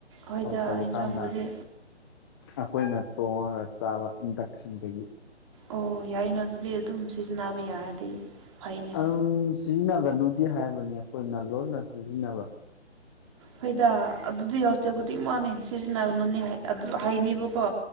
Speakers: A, on the right; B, on the left.
A: ꯍꯣꯏꯗ
B: ꯍꯥꯎꯇꯕ
A: ꯌꯦꯟꯁꯥꯡꯕꯨꯗꯤ
B: ꯀꯥꯟꯗ ꯑꯈꯣꯏꯅ ꯇꯣꯡꯉꯒ ꯆꯥꯕ ꯏꯟꯗꯛꯁꯟꯗꯒꯤ
A: ꯑꯣ ꯌꯥꯏꯅ ꯑꯗꯨꯗꯤ ꯑꯗꯨꯝ ꯁꯤꯖꯤꯟꯅꯕ ꯌꯥꯔꯗꯤ ꯐꯩꯅꯦ
B: ꯑꯗꯨꯝ ꯁꯤꯖꯤꯟꯅꯒꯅꯨꯗꯤ ꯍꯥꯏꯕꯅꯤ ꯑꯈꯣꯏꯅ ꯂꯣꯠꯅ ꯁꯤꯖꯤꯟꯅꯕ
A: ꯐꯩꯗꯥ ꯑꯗꯨꯗꯤ ꯍꯣꯁꯇꯦꯜ ꯈꯨꯗꯤꯡꯃꯛꯅꯦ ꯁꯤꯖꯤꯟꯅꯒꯅꯣꯅꯦ ꯍꯥꯏ ꯑꯗꯨ ꯍꯥꯏꯅꯤꯕꯀꯣ